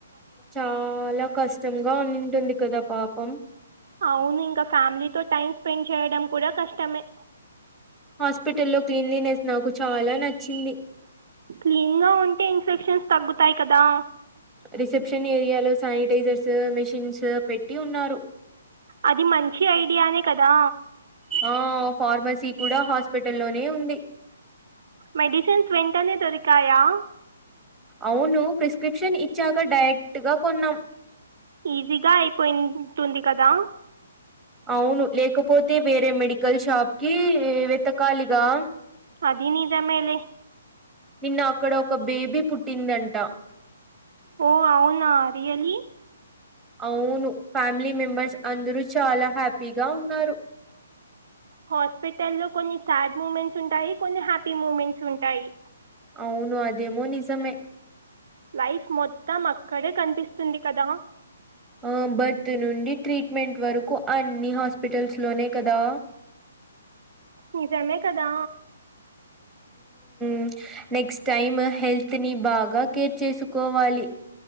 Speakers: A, in the centre; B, on the right (about 55°).
A: చాలా కష్టంగా ఉండింటుంది కదా పాపం
B: అవును ఇంకా ఫ్యామిలీతో టైం స్పెండ్ చేయడం కూడ కష్టమే
A: హాస్పిటల్లో క్లీన్లీనెస్ నాకు చాలా నచ్చింది
B: క్లీన్ గా ఉంటే ఇన్ఫెక్షన్స్ తగ్గుతాయి కదా
A: రిసెప్షన్ ఏరియాలో శానిటైజర్సు మెషిన్సు పెట్టి ఉన్నారు
B: అది మంచి ఐడియానే కదా
A: ఆ ఫార్మసీ కూడా హాస్పిటల్ లోనే ఉంది
B: మెడిసెన్స్ వెంటనే దొరికాయా
A: అవును ప్రిస్క్రిప్షన్ ఇచ్చాక డైరెక్ట్ గా కొన్నాం
B: ఈజీగా అయిపోయిం టుంది కదా
A: అవును లేకపోతే వేరే మెడికల్ షాప్ కీ వెతకాలిగా
B: అదీ నిజమే లే
A: నిన్న అక్కడ ఒక బేబీ పుట్టిందంట
B: ఓ అవునా రియల్లి
A: అవును ఫ్యామిలీ మెంబర్స్ అందరు చాలా హ్యాపీగా ఉన్నారు
B: హాస్పిటల్ లో కొన్ని సాడ్ మూమెంట్స్ ఉంటాయి కొన్ని హ్యాపీ మూమెంట్స్ ఉంటాయి
A: అవును అదేమొ నిజమే
B: లైఫ్ మొత్తం అక్కడే కనిపిస్తుంది కదా
A: ఆ బర్త్ నుండి ట్రిట్మెంట్ వరకు అన్ని హాస్పిటల్స్ లోనే కదా
B: నిజమే కదా
A: మ్ నెక్స్ట్ టైమ్ హెల్త్ ని బాగా కేర్ చేసుకోవాలి